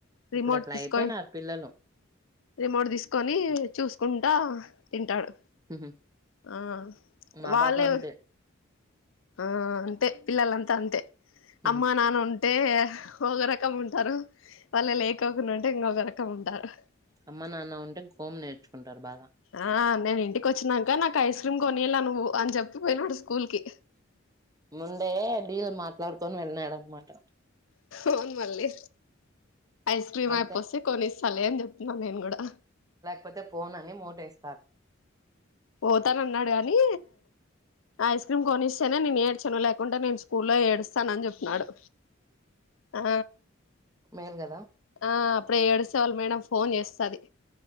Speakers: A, on the left (about 85°); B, on the right (about 20°).
A: రిమోట్
B: ఇప్పుడట్లా
A: తీసుకో
B: అయిపోయినారు పిల్లలు.
A: మోడు తీసుకొని చూసుకుంటా తింటాడు
B: హుహు.
A: ఆ
B: మా
A: వాళ్ళే
B: బాబు అంతే.
A: ఆ అంతే పిల్లలంతా అంతే
B: హుహు.
A: అమ్మా నాన్న ఉం అంటే ఒగ రకం ఉంటారు వాళ్ళు లేకోకుండా ఉంటే ఇంగ ఒగ రకం ఉంటారు
B: అమ్మ నాన్న ఉంటే గోము నేర్చుకుంటారు బాగా
A: ఆ నేను ఇంటికి వచ్చినాంక నాకు ఐస్ క్రీమ్ కొనియల్ల నువ్వు అని చెప్పిపోయినాడు స్కూల్ కి
B: ముందే డీల్ మాట్లాడుకొని వెళ్ళినాడు అనమాట
A: అవును మళ్ళీ ఐస్ క్రీమ్
B: అంతే.
A: అయిపోసి కొనిస్తాలే అని చెప్ ప్నా నేన్ కూడా
B: పోతే ఫోన్ అని మోటేస్
A: పోతాన్ అన్నాడు గాని ఐస్ క్రీమ్ కొనిస్ నే నేను ఏడ్చను లేకుంటే నేను స్కూల్లో ఏడుస్తానని చెప్న్నాడు ఆ
B: మేల్ కదా
A: ఆ అప్పుడే ఏడుస్తేవాళ్ళు మేడం ఫోన్ చేస్తది